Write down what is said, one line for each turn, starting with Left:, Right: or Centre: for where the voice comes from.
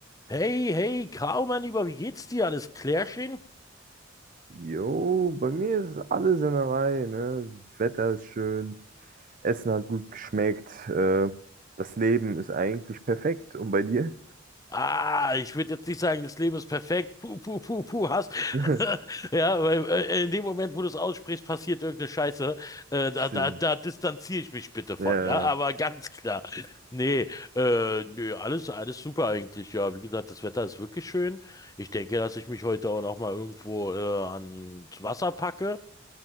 Left: Hey, hey, Kau, mein Lieber, wie geht's dir? Alles klärchen?
Right: Jo, bei mir ist alles in der Reihe, ne? Wetter ist schön, Essen hat gut geschmeckt, äh, das Leben ist eigentlich perfekt. Und bei dir?
Left: Ah, ich würde jetzt nicht sagen, das Leben ist perfekt. Puh, puh, puh, puh, hast.
Right: <laughs>
Left: <laughs> Ja, weil äh, in dem Moment, wo du es aussprichst, passiert irgendeine Scheiße. Äh, da,
Right: Stimmt.
Left: da, da distanziere ich mich bitte von,
Right: Ja.
Left: ja, aber ganz klar. Nee, äh, nö, alles, alles super eigentlich, ja. Wie gesagt, das Wetter ist wirklich schön. Ich denke, dass ich mich heute auch noch mal irgendwo äh, ans Wasser packe